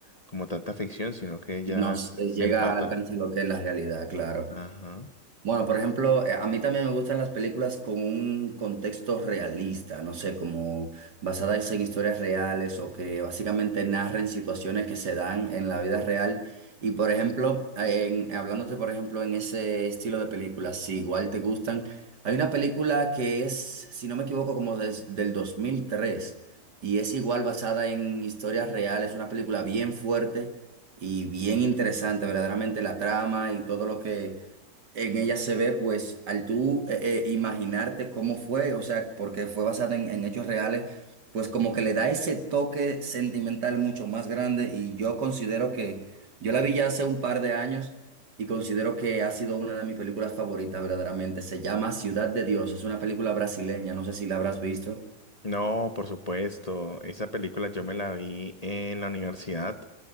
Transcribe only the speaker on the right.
nos
eh,
llega,
alcanza lo que es la realidad, claro.
Bueno, por ejemplo, eh, a mí también me gustan las películas con un contexto realista, no sé, como basadas en historias reales o que básicamente narren situaciones que se dan en la vida real. Y por ejemplo, eh, en- hablándote por ejemplo en ese estilo de películas, si igual te gustan, hay una película que es, si no me equivoco, como des- del 2003 y es igual basada en historias reales, una película bien fuerte y bien interesante, verdaderamente la trama y todo lo que en ella se ve, pues, al tú eh, eh, imaginarte cómo fue, o sea, porque fue basada en, en hechos reales, pues como que le da ese toque sentimental mucho más grande y yo considero que, yo la vi ya hace un par de años y considero que ha sido una de mis películas favoritas verdaderamente. Se llama Ciudad de Dios, es una película brasileña, no sé si la habrás visto.